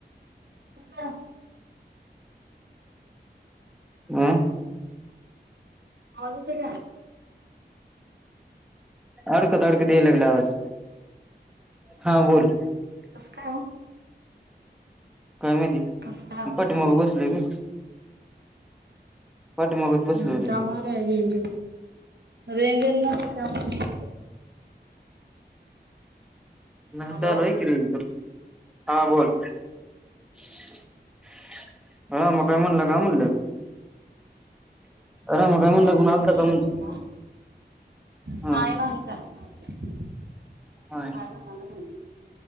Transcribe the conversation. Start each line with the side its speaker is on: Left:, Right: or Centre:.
Right: कस काय
Centre: अ
Right: आवाज येतंय का
Centre: अडकत अडकत याय लागला आवाज हा बोल
Right: काय ओ
Centre: काय माहाती
Right: कसं काय अर्थ
Centre: पाठीमाग
Right: झाला?
Centre: बसलोय मी पाठीमागत बसलो
Right: हम्
Centre: होतो
Right: त्यामूळ आहे रेंज रेंजर न <unintelligible>
Centre: हम
Right: हॅलो
Centre: चालू हाय की रेज पण हा बोल. <inaudible> आ मग काय
Right: झालं
Centre: म्हणलं काय म्हणलं?
Right: बोला.
Centre: <inaudible> आलता
Right: काय नाही
Centre: का म्हणलं
Right: म्हणला
Centre: हा?
Right: नाही नाही काय नाही काय
Centre: हाय
Right: काय <inaudible> नाही